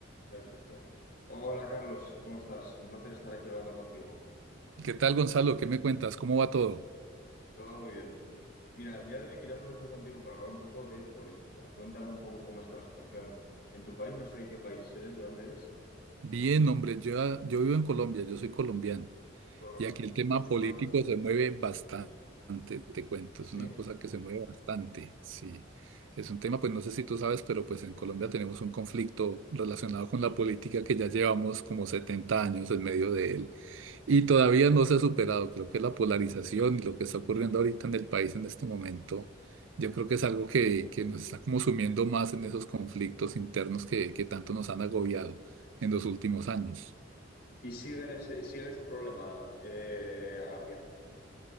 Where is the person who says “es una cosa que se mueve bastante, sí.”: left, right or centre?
Right